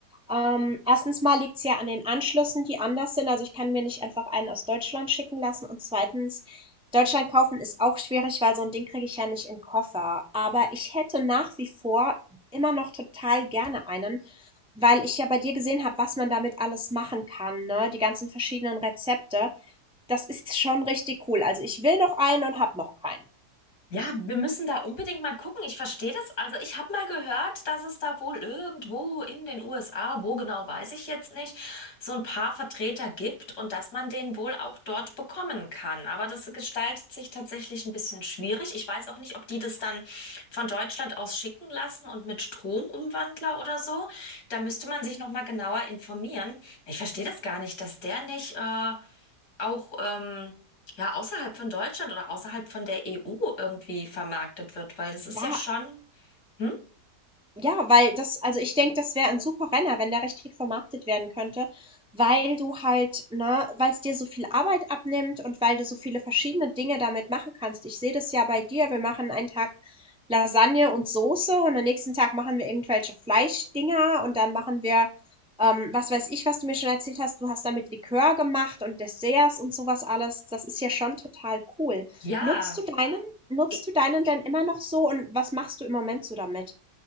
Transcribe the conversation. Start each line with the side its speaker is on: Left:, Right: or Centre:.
Centre: Ähm, erstens mal liegt es ja an den Anschlüssen, die anders sind. Also ich kann mir nicht einfach einen aus Deutschland schicken lassen. Und zweitens, Deutschland kaufen ist auch schwierig, weil so ein Ding kriege ich ja nicht in den Koffer. Aber ich hätte nach wie vor immer noch total gerne einen, weil ich ja bei dir gesehen habe, was man damit alles machen kann, ne? Die ganzen verschiedenen Rezepte. Das ist schon richtig cool. Also ich will noch einen und habe noch keinen.
Left: Ja, wir müssen da unbedingt mal gucken. Ich verstehe das. Also ich habe mal gehört, dass es da wohl irgendwo in den USA, wo genau weiß ich jetzt nicht, so ein paar Vertreter gibt und dass man den wohl auch dort bekommen kann. Aber das gestaltet sich tatsächlich ein bisschen schwierig. Ich weiß auch nicht, ob die das dann von Deutschland aus schicken lassen und mit Stromumwandler oder so. Da müsste man sich noch mal genauer informieren. Ich verstehe das gar nicht, dass der nicht äh, auch ähm, ja, außerhalb von Deutschland oder außerhalb von der EU irgendwie vermarktet wird, weil das ist
Centre: Ja,
Left: ja schon, hm?
Centre: Ja, weil das also ich denke, das wäre ein super Renner, wenn der richtig vermarktet werden könnte, weil du halt ne, weil es dir so viel Arbeit abnimmt und weil du so viele verschiedene Dinge damit machen kannst. Ich sehe das ja bei dir, wir machen einen Tag Lasagne und Soße und am nächsten Tag machen wir irgendwelche Fleischdinger und dann machen wir, ähm, was weiß ich, was du mir schon erzählt hast, du hast damit Likör gemacht und Desserts und sowas alles. Das ist ja schon total cool.
Left: Ja.
Centre: Nutzt du deinen nutzt
Left: Ich,
Centre: du deinen denn immer noch so und was machst du im Moment so damit?